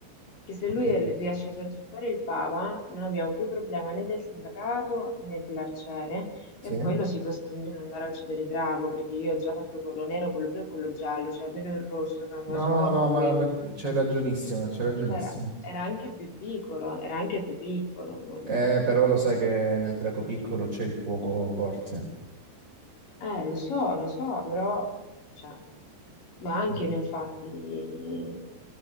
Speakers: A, on the left (about 50°); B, on the right (about 30°).
A: che se
B: Ok,
A: lui
B: ok.
A: riesce a esercitare il Papa, non abbiamo più problema né del sindacato né dell'arciere,
B: Sì?
A: e poi lo si costringe ad andare a uccidere il drago, perché io ho già fatto quello nero, quello blu e quello giallo, cioè almeno il rosso che avevamo
B: No,
A: lasciato a lui.
B: no, ma, ma
A: boh.
B: c'hai ragionissimo, c'hai ragionissimo.
A: Cioè, era, era anche più piccolo, era anche più piccolo. non-
B: Eh, però lo sai che nel drago piccolo c'è il fuoco forte.
A: Eh, lo so, lo so, però, cioè, ma anche
B: Mm.
A: ne ho fatti di...